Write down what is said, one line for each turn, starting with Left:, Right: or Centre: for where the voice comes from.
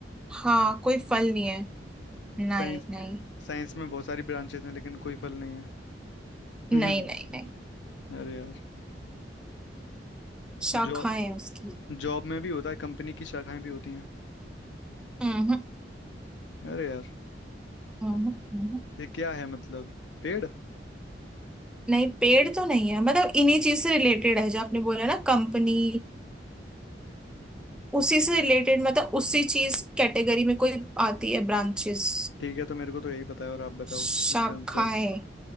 Centre: हाँ कोई फल नहीं है नहीं
Left: साइंस
Centre: नहीं
Left: साइंस में बहुत सारी ब्रांचेस हैं लेकिन कोई फल नहीं है
Centre: नहीं
Left: हम्म
Centre: नहीं नहीं
Left: अरे यार
Centre: शाखाएं
Left: जॉब
Centre: हैं उसकी
Left: जॉब में भी होता है कंपनी की शाखाएं भी होती हैं
Centre: हम्म हम्म
Left: अरे यार
Centre: हम्म, हम्म, हम्म,
Left: ये क्या है मतलब पेड़
Centre: नहीं पेड़ तो नहीं है मतलब इन्हीं चीज से रिलेटेड है जो आपने बोला ना कंपनी उसी से रिलेटेड मतलब उसी चीज कैटेगरी में कोई आती है ब्रांचेस
Left: ठीक है तो मेरे को तो यही पता है और आप बताओ
Centre: शाखाएं
Left: इसका आंसर